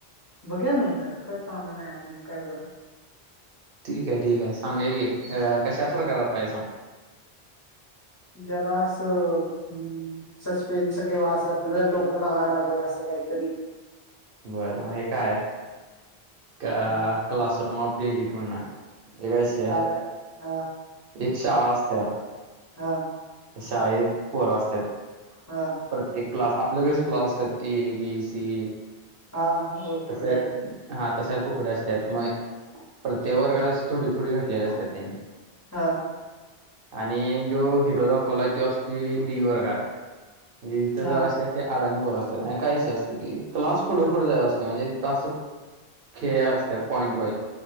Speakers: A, on the left (about 20°); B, on the right (about 65°).
A: बघ्या म्हणलं त काय कामानार मग काय करर.
B: ठीक आहे ठीक आहे सांगा की कशा प्रकारात पाहिे सांग.
A: जरास हम् सस्पेन्स किंवा असं आपल्याला डोकं लावावं लागेल असं काहीतरी
B: र काय क्लासरूम
A: हा
B: अफ डेलीिट म्हण एकाश
A: काय हा
B: एक शहाळाजत्या
A: हा
B: शाळेत पोरं असतात
A: हा
B: प्रत्येक क्लास आपल्याकचे क्लास असतात ए बीसी
A: हा हो तुकड्या
B: तसें हा तशाच तुकडे्या असतात मग प्रत्येक वर्गात थोडी थोडी घटलेले असतात त्यांनी
A: हा
B: आणि जो हिरो दाखला आहे तो असती डी वर्गात म्हणजे जिथे
A: हा
B: जर अशी अशी आदानी पोर असते काय अशी असते क क्लास फुढं
A: हा
B: फुढ जात असते म्हणजे ति त असं खेळ असतात पॉईंट वाईज